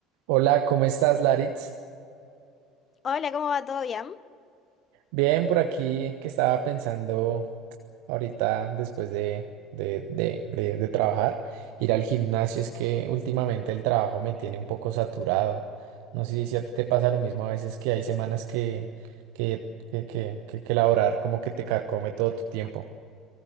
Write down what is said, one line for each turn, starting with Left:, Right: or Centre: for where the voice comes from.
Right: Hola, ¿cómo estás, Laritz?
Left: Hola, ¿cómo va? ¿Todo bien?
Right: Bien, por aquí que estaba pensando ahorita después de, de, de, de, de trabajar, ir al gimnasio, es que últimamente el trabajo me tiene un poco saturado. No sé si a ti te pasa lo mismo a veces que hay semanas que, que, que, que, que, que laborar como que te carcome todo tu tiempo.